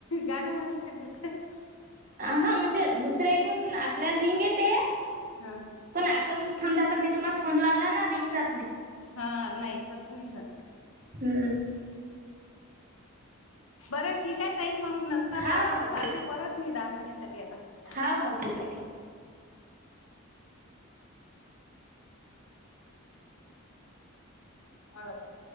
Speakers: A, on the left; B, on the right.
A: गाणं वाजते त्याच्यात.
B: आ हा म्हणजे दुसर्या इकून आपल्याला रिंग येते.
A: हा
B: पण आपण समजा आता मी तुम्हाला फोन लावला ना रिंग जात नाही.
A: हा नाही तसं नाही जात.
B: हम्म
A: बरं ठीक आहे ताई मग नंतर
B: हाव
A: लावलं
B: हाव
A: तर
B: ठीक
A: चालते
B: आहे
A: परत मी दवाखान्यात. आली आता हा
B: हाव हाव ठीक आहे ठीक आहे.
A: हा